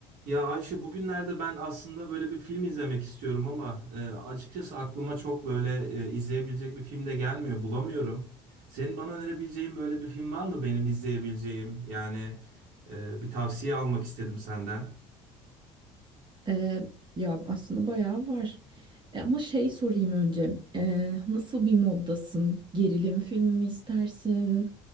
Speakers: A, on the right (about 65°); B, on the right (about 30°).
A: Ya Ayşe bugünlerde ben aslında böyle bir film izlemek istiyorum ama e, açıkçası aklıma çok böyle e, izleyebilecek bir film de gelmiyor, bulamıyorum. Senin bana önerebileceğin böyle bir film var mı benim izleyebileceğim? Yani e, bir tavsiye almak istedim senden.
B: Ee, ya aslında bayağı var. E, ama şey sorayım önce. Ee, nasıl bir moddasın? Gerilim filmi mi istersin?